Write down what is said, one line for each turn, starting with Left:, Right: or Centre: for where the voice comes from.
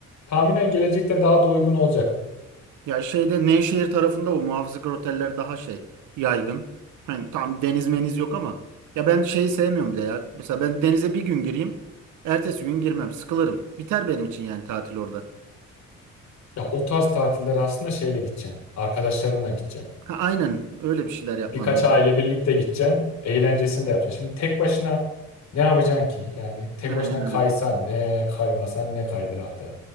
Left: Tahminen gelecekte daha da uygun olacak.
Right: Ya şeyde Nevşehir tarafında o muhafızlık oteller daha şey yaygın. Hani tam deniz meniz yok ama ya ben şeyi sevmiyorum bir de ya. Mesela ben denize bir gün gireyim, ertesi gün girmem, sıkılırım. Biter benim için yani tatil orada.
Left: Ya o tarz tatiller aslında şeyle gideceksin. Arkadaşlarınla gideceksin.
Right: Ha, aynen öyle bir şeyler yapman
Left: Birkaç
Right: lazım.
Left: aile birlikte gideceksin. Eğlencesini de yapacaksın. Şimdi tek başına ne yapacaksın ki? Yani tek
Right: Aynen
Left: başına
Right: öyle.
Left: kaysan ne, kaymasan ne kaydırakta.